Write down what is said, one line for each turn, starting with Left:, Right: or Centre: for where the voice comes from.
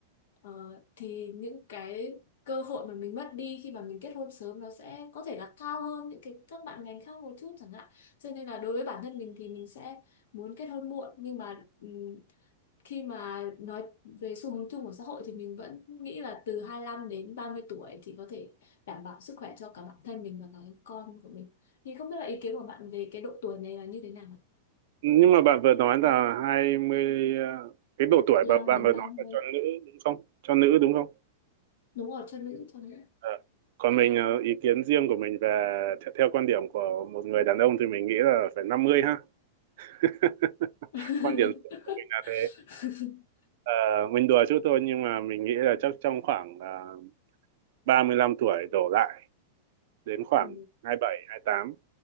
Left: ờ, thì những cái cơ hội mà mình mất đi khi mà mình kết hôn sớm nó sẽ có thể là cao hơn những cái các bạn ngành khác một chút chẳng hạn cho nên là đối với bản thân mình thì mình sẽ muốn kết hôn muộn nhưng mà ừm, khi mà nói về xu hướng chung của xã hội thì mình vẫn nghĩ là từ hai lăm đến 30 tuổi thì có thể đảm bảo sức khỏe cho cả bản thân mình và cả cái con của mình thì không biết là ý kiến của bạn về cái độ tuổi này là như thế nào
Right: nhưng mà bạn vừa nói là hai mươi ờ, cái độ tuổi
Left: năm
Right: mà bạn
Left: đến
Right: vừa
Left: ba
Right: nói
Left: mươi
Right: là cho nữ đúng không cho nữ đúng không
Left: đúng rồi cho nữ cho nữ
Right: Ờ. Còn mình ờ, ý kiến riêng của mình về theo, theo quan điểm của một người đàn ông thì mình nghĩ là phải 50 ha. <laughs>
Left: <laughs>
Right: Quan điểm riêng của mình là thế. Ờ, mình đùa chút thôi nhưng mà mình nghĩ là chắc trong khoảng uh, 35 tuổi đổ lại đến khoảng
Left: ừ.
Right: hai hai mươi bảy hai mươi tám